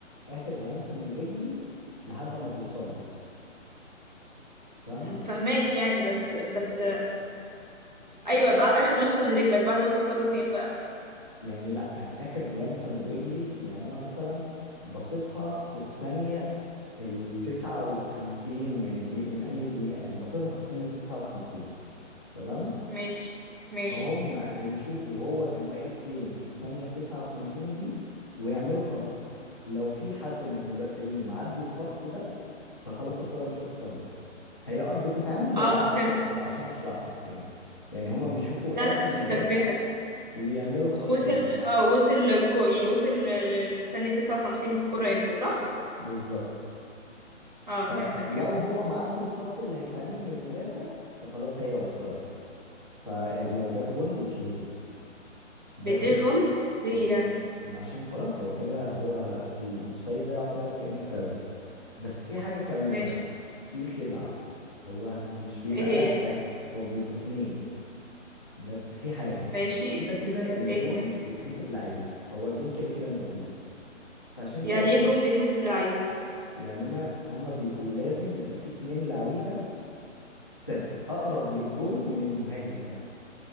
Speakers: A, on the left; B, on the right.
A: اخر لمسه من رجلي لحد ما توصل له فاهمه
B: أمم، فهماك يعني بس بس ايوه بقى اخر لمسه من رجلك بعد ما توصل له فين بقى
A: يعني لا اخر لمسه من رجلي يعني انا مثلا بصيتها في الثانيه التسعة وخمسين من الدقيقة من أي دقيقة يعني بسيطة في الثانية التسعة وخمسين تمام
B: ماشي ماشي
A: فهم هيشوفوا هو كان واقف فين في الثانية التسعة وخمسين دي ويعملوا خط لو في حد من المدافعين معدي الخط ده فخلاص الكرة مش أوفسايد هي آه بتتعمل بالعكس
B: اه فهمتك
A: بس عشان أشرح لك يعني يعني هما بيشوفوا
B: لا لا
A: آخر
B: فهمتك
A: مدافع
B: فهمتك
A: ويعملوا الخط
B: وصل
A: منه
B: اه وصل كو... يعني وصل ل- ل- للثانيه 59 بالكره امتى صح
A: بالظبط
B: اه
A: فلو
B: فهمتك كده
A: هو معدي الخط اللي هيتعمل من المدافع فخلاص هي أوفسايد فلو جاب جون بيتلغي بس
B: بتلاقي
A: في
B: خالص ليه
A: بيت...
B: يعني
A: عشان خلاص هو كده هو الاوفسايد ده يعتبر كأنه فاول بس في حاجة كمان
B: ماشي
A: بقى في خدعة هو مش بيبقى
B: ايه
A: لاعب
B: هي
A: واحد هو بيبقوا اتنين بس في حاجة
B: ماشي
A: كده كده الجون
B: ايه هي
A: بيتحسب لعيب فهو الجون كده كده موجود فعشان
B: يعني
A: كده غ-
B: ايه جون بيتحسب لعيب
A: يعني انا هما بيبقوا لازم يبقى في اتنين لعيبة سب... اقرب للجون من المهاجم ده